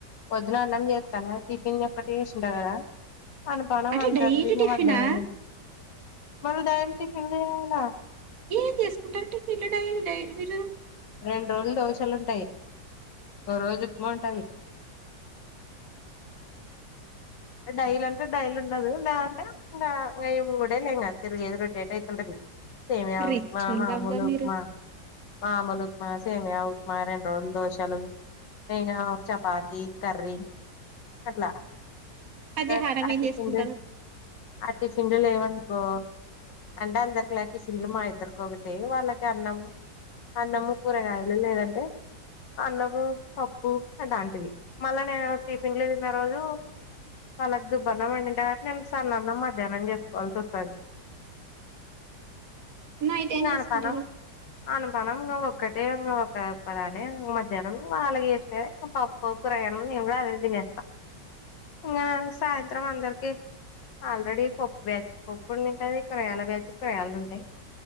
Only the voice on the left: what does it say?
పొద్దున అన్నం చేస్తన టిఫిన్ ఒక్కటి ఏషుంట కదా అన్నపానం
మందర్ది
<inaudible>
మళ్ళీ డైల్ టిఫిన్ చెయ్యాలా
రెండ్రోజులు దోశలు ఉంటాయి ఒ రోజు ఉప్మా ఉంటాది డైల్ అంటే డైల్ ఉండదు లేఆంటే ఇంగా ఈ మూడే లేంగ తిరిగేది రోటేట్ అయితుంటది సేమయా
ఉప్మా మామూల
ఉప్మా మామలు మా సేమయా ఉప్మా రెండు రోజులు దోశలు ఇంగా చపాతి కర్రీ అట్ల
<unintelligible>
టిఫిన్లు లేవనుకో అంటే అందరికిలాటిఫిన్లు మా ఇద్దరికొకతే వాళ్ళకి అన్నం అన్నము కూరగాయలు లేదంటే అన్నము పప్పు అటాంటివి మళ్ళా నేను టిఫిన్లు తిన్న రోజు వాళ్ళక్ దుబ్బన్నం వండిటగన్ నేన్ సన్నన్నాం మధ్యాహ్నం చేసుకోవాల్సి వస్తది
ఇంగ
అనపనం అనపనం ఇంగ ంగా ఒక్కక్కాలనే మధ్యాహ్నం వాళ్ళకి చేశినవే పప్పో కూర్గయాన్లు నేను కూడా అదే తినేస్ ఇంగా సాయంత్రం అందరికి ఆల్రెడీ పప్పు బ్యాచ్కి పప్పు ఒండి ఉంటది కురగాయల బ్యాచ్కి కురగయల్దుంటయి